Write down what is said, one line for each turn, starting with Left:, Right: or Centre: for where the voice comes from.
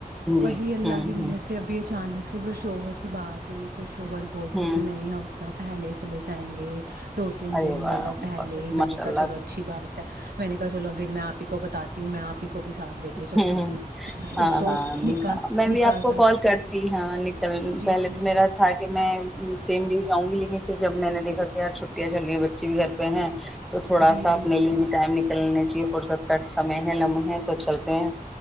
Centre: جی
Right: وہی اللہ
Centre: ہوں
Right: کی مہر
Centre: ہوں
Right: سے ابھی اچانک سے پھر شوہر سے بات ہوئی پھر جور بولتے
Centre: ہوں
Right: کہ نہیں ہم <unintelligible> پہلے چلے جائیں گے دو تین
Centre: ارے
Right: دن
Centre: واہ
Right: مطلب پہلے ہی
Centre: ماشاء
Right: میں نے
Centre: اللہ
Right: کہا چلو اچھی بات ہے میں نے چلو پھر میں آپ ہی کو بتاتی ہوں میں آپ کو بھی ساتھ لے کے چلوں
Centre: ہوں
Right: گی
Centre: ہاں
Right: ایک تو
Centre: ہاں
Right: نکاح
Centre: میں بھی
Right: نکاح
Centre: آپ کو
Right: کا
Centre: کال کرتی ہاں نکل
Right: جی
Centre: پہلے
Right: جی
Centre: تو میرا تھا کہ میں سیم ڈے جاؤں گی لیکن پھر جب میں نے دیکھا کہ یار چھٹیاں چل رہی ہیں بچے بھی گھر پہ ہیں تو تھوڑا
Right: جی
Centre: سا
Right: جی
Centre: اپنے لیے بھی ٹائم نک کلنے چاہیے فرصت کامے ہے لمبحے توب چلتے ہیں